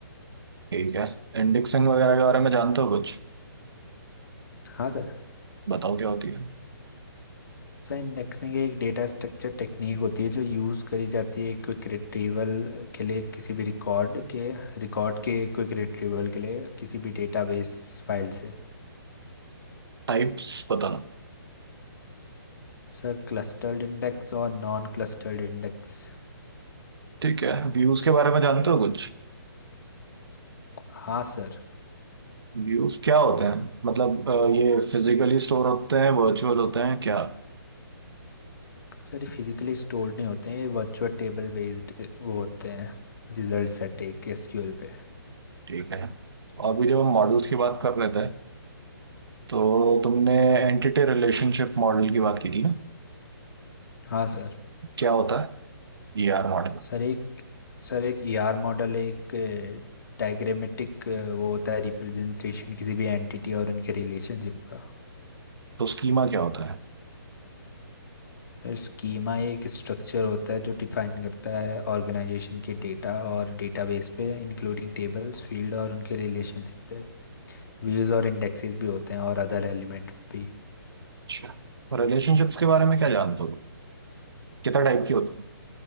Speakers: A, on the right; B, on the left.
A: ठीक है इंडेक्सिंग वगैरह के बारे में जानते हो कुछ
B: हाँ सर
A: बताओ क्या होती है
B: सर इंडेक्सिंग एक डेटा स्ट्रक्चर टेक्निक होती है जो यूज़ करी जाती है क्विक रिट्रीवल के लिए किसी भी रिकॉर्ड के रिकॉर्ड के क्विक रिट्रीवल के लिए किसी भी डेटाबेस फाइल से
A: टाइप्स बताना
B: सर क्लस्टर्ड इंडेक्स और नॉन क्लस्टर्ड इंडेक्स
A: ठीक है व्यूज के बारे में जानते हो कुछ
B: हाँ सर
A: व्यूज क्या होते हैं मतलब अ, ये फिजिकली स्टोर होते हैं वर्चुअल होते हैं क्या
B: सर ये फिजिकली स्टोर्ड नहीं होते हैं ये वर्चुअल टेबल बेस्ड वो होते हैं रिजल्ट सेट एक एसक्यूएल पे
A: ठीक है अभी जब हम मॉडल्स की बात कर रहे थे तो तुमने
B: हम्म।
A: एंटिटी रिलेशनशिप मॉडल की बात की थी ना
B: हाँ सर
A: क्या होता है ये आर मॉडल
B: सर एक सर एक ईआर मॉडल एक डायग्रामेटिक वो होता है रिप्रेजेंटेशन किसी भी एंटिटी और उनके रिलेशनशिप का
A: तो स्कीमा क्या होता है
B: स्कीमा एक स्ट्रक्चर होता है जो डिफाइन करता है ऑर्गेनाइजेशन के डेटा और डेटाबेस पे इंक्लूडिंग टेबल्स फील्ड और उनके रिलेशनशिप पे व्यूज और इंडेक्सेस भी होते हैं और अदर एलिमेंट भी
A: अच्छा, रिलेशनशिप्स के बारे में क्या जानते हो कितना टाइप की होती है